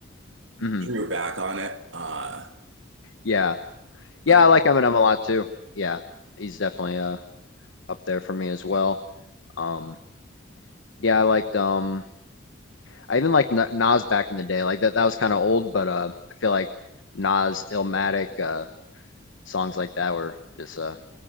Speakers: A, on the left; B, on the right.
A: hmm
B: drew back on it. Uh
A: yeah, yeah.
B: I don't
A: I like
B: know.
A: Eminem a lot too. Yeah, he's definitely uh up there for me as well. Um, yeah, I liked um, I even liked Na- Nas back in the day. Like that, that was kind of old, but uh, I feel like Nas, Illmatic, uh. songs like that were just uh